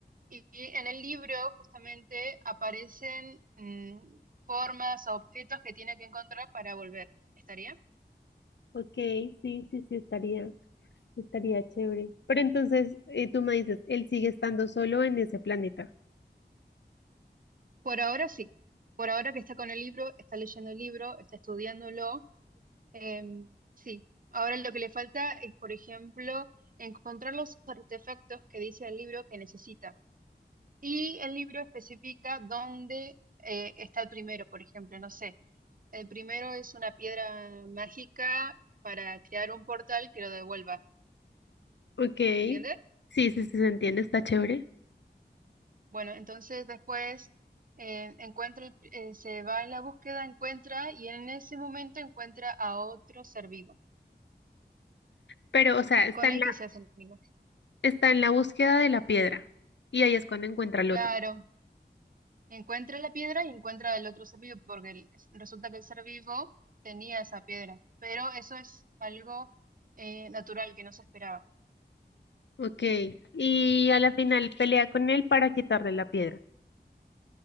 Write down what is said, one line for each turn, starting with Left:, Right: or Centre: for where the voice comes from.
Right: y, y en el libro justamente aparecen mm, formas o objetos que tiene que encontrar para volver. ¿Estaría?
Left: Ok, sí, sí, sí, estaría, estaría chévere. Pero entonces, eh, tú me dices, él sigue estando solo en ese planeta.
Right: Por ahora sí. Por ahora que está con el libro, está leyendo el libro, está estudiándolo Em, sí, ahora lo que le falta es, por ejemplo, encontrar los artefactos que dice el libro que necesita. Y el libro especifica dónde eh, está el primero, por ejemplo, no sé. El primero es una piedra mágica para crear un portal que lo devuelva.
Left: Ok, sí,
Right: ¿Se entiende?
Left: sí, sí, se entiende, está chévere.
Right: Bueno, entonces después eh, encuentra, el- eh, se va en la búsqueda, encuentra y en ese momento encuentra a otro ser vivo
Left: Pero, o sea, está
Right: con
Left: en
Right: el
Left: la,
Right: que se hace amigo.
Left: está en la búsqueda de la piedra. Y ahí es cuando encuentra al
Right: Claro.
Left: otro.
Right: Encuentra la piedra y encuentra el otro ser vivo, porque el- resulta que el ser vivo tenía esa piedra, pero eso es algo eh, natural que no se esperaba.
Left: Ok, y a la final pelea con él para quitarle la piedra.